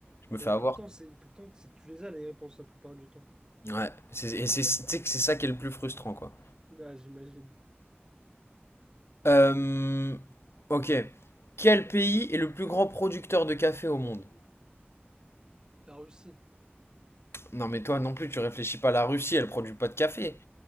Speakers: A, on the left; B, on the right.
A: je me
B: Et
A: fais avoir.
B: pourtant, c'est pourtant c'est que tu les as les réponses la plupart du temps.
A: Ouais. C'est- Et c'est, tu sais que c'est ça qui est le plus frustrant, quoi.
B: Ah, j'imagine.
A: Euh, ok. Quel pays est le plus grand producteur de café au monde?
B: La Russie.
A: Non, mais toi non plus, tu réfléchis pas. La Russie, elle produit pas de café.